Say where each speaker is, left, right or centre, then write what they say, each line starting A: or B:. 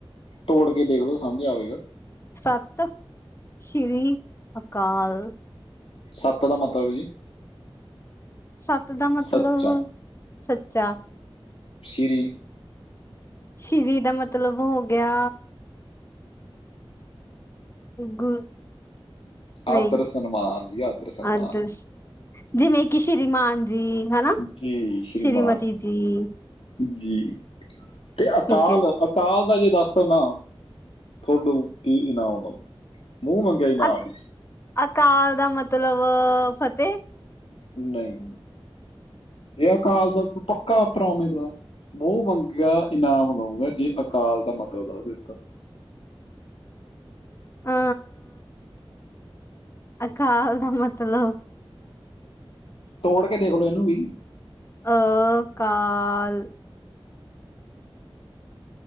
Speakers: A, on the left; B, on the left.
A: ਤੋੜ ਕੇ ਦੇਖਲੋ ਸਾਭਿਆਂ ਹੋਏਗਾ।
B: ਸਤ ਸ਼੍ਰੀ ਅਕਾਲ।
A: ਸੱਤ ਦਾ ਮਤਲਬ ਜੀ?
B: ਸੱਤ ਦਾ ਮਤਲਬ
A: ਸੱਚਾ
B: 'ਸੱਚਾ'।
A: ਸ਼੍ਰੀ
B: ਸ਼੍ਰੀ ਦਾ ਮਤਲਬ ਹੋ ਗਿਆ ਗੁਰ
A: ਆਦਰ
B: ਨਹੀਂ
A: ਸਨਮਾਨ ਜੀ, ਆਦਰ ਸਨਮਾਨ।
B: ਆਦਰਸ਼ ਜਿਵੇਂ ਕਿ ਸ਼੍ਰੀਮਾਨ ਜੀ ਹਨਾ,
A: ਜੀ
B: ਸ਼੍ਰੀਮਤੀ
A: ਸ਼੍ਰੀਮਾਨ
B: ਜੀ।
A: ਜੀ, ਤੇ ਅਕਾਲ!
B: ਠੀਕ ਹੈ
A: ਕਾਲ ਦਾ ਜੇ ਦੱਸ ਦੋ ਨਾ ਥੋਡੂ ਕੀ ਨਾਮ ਓਦਾ। ਮੂੰਹ ਮੰਗਿਆ ਇਨਾਮ।
B: ਅਕ ਅਕਾਲ ਦਾ ਮਤਲਬ ਫਤਿਹ।
A: ਨਹੀਂ, ਜੇ ਅਕਾਲ ਦਾ ਪੱਕਾ ਪ੍ਰੋਮਿਸ ਮੁਹ ਮੰਗਯਾ ਇਨਾਮ ਦਊਂਗਾ ਜੇ ਅਕਾਲ ਦਾ ਮਤਲਬ ਦੱਸ ਦਿੱਤਾ। <inaudible>
B: ਅ ਅਕਾਲ ਦਾ ਮਤਲਬ
A: ਤੋੜ ਕੇ ਦੇਖਲੋ ਇਹਨੂੰ ਵੀ।
B: ਅ -ਕਾਲ।